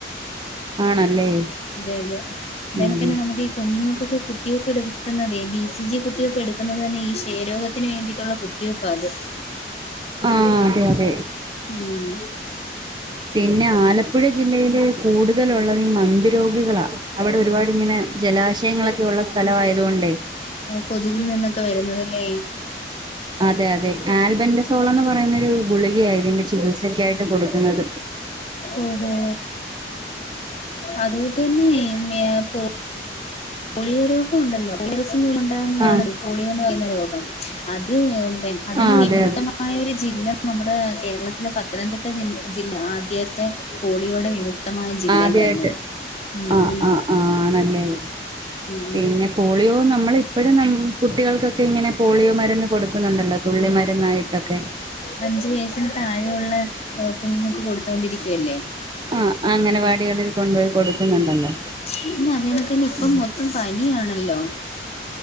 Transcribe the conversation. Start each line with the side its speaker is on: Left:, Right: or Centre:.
Right: ആണല്ലേ
Left: അതെ അതെ അല്ലെനെതന്നെ
Right: ഉം
Left: നമുക്കീ കുഞ്ഞുങ്ങക്കെ കുത്തിവെപ്പ് എടുക്കുന്നതേ ബി സി ജി കുത്തിവെപ്പ് എടുക്കുന്നത് തന്നെ ഈ ക്ഷയരോഗ ത്തിന് വേണ്ടിട്ടുള്ള കുത്തിവെപ്പാത്.
Right: ആഹ് അതെ അതെ.
Left: ഉം..
Right: പിന്നെ ആലപ്പുഴ ജില്ലയില് കൂടുതലുള്ളത് ഈ മന്ത് രോഗികളാ. അവിടെ ഒരുപാടി ഇങ്ങനെ ജലാശയങ്ങളൊക്കെ ഒള്ള സ്ഥലം ആയതു കൊണ്ടേ
Left: കൊതുകിൽ നിന്നൊക്കെ വരുന്നതല്ലേ ഈ
Right: അതെ അതെ ആൽബന്റ സോളന്ന് പറ ന്നൊരു ഗുളികയായിതിന്റെ ചികിത്സക്കായിട്ട് കൊട്ക്ക്‌ന്നത്.
Left: ഓഹോ.. അതുകൂട്ട് ന്നെ മേയ പോ പുളിയ രോഗമുണ്ടല്ലോ <unintelligible> മൂലം ഉണ്ടാകുന്നതാണ്
Right: ആഹ്
Left: പുളിയ എന്ന് പറയുന്ന രോഗം അത് പി അതിന്
Right: ആഹ്
Left: വിമുക്ത
Right: അതെ അതെ
Left: ആയൊരു ജില്ല നമ്മുടെ കേരളത്തിലെ പത്തനംതിട്ട ജി ജില്ല ആദ്യത്തെ കോളിയോടെ വി ക്തമായ ജില്ലന്ന്
Right: ആദ്യായിട്ട്
Left: പറയുന്നത് ഉം
Right: ആഹ്
Left: ഉം..
Right: ആഹ് ആണല്ലേ
Left: ഉം
Right: പിന്നെ പോളിയോ നമ്മള് ഇപ്പഴും ന കുട്ടികൾക്കൊക്കെ ഇങ്ങനെ പോളിയോ മരുന്ന് കൊടുക്കുന്നുണ്ടല്ലോ തുള്ളി മരുന്നായിട്ടൊക്കെ
Left: അഞ്ച് വയസ്സിന് താഴെയുള്ള കുഞ്ഞുങ്ങൾക്ക് കൊടുത്തോണ്ടിരിക്കുവല്ലേ
Right: ആ അങ്ങനെവാടികളിൽ കൊണ്ടോയി കൊടുക്കുന്നുണ്ടല്ലോ.
Left: പിന്ന അതെനക്കെ ഇപ്പം
Right: ഉം.
Left: മൊത്തം പനിയാണല്ലോ